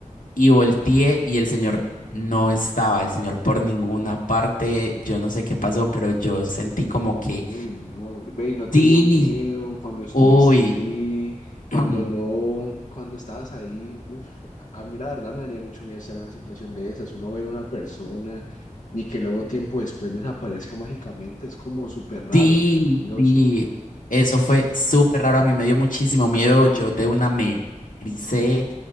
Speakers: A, on the left; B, on the left.
A: y volteé y el señor no estaba, el señor por ninguna parte, yo no sé qué pasó, pero yo sentí como que,
B: Uy, no, ve, ¿y no te
A: sí,
B: dio miedo cuando estuviste
A: uy.
B: ahí, cuando
A: <clears throat>
B: no, cuando estabas ahí, uf, a a mí la verdad me daría mucho miedo estar en una situación de esas, uno ver a una persona y que luego tiempo después desaparezca mágicamente, es como súper raro,
A: Sí,
B: súper curioso.
A: sí, eso fue súper raro, a mí me dio muchísimo miedo, yo de una me ericé,